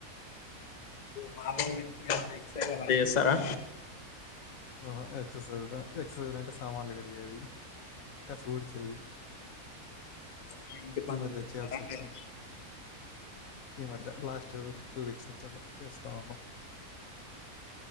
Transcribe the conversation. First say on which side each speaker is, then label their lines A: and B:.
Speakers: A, on the left; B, on the left.
A: వంటా చేస్తారా
B: అ హా ఎక్ససైజ్ ఎక్ససైజ్ అంటే సామాన్లు కడిగేది కౌసు ఊడ్చేది
A: <inaudible> ఇంటి పనులు
B: ఈ మధ్య
A: చేస్తారా
B: చేయాల్సి వచ్చింది
A: మీరు
B: ఈ మధ్య లాస్ట్ టూ వీక్స్ నుంచి అట్ల చేస్తా ఉన్నాం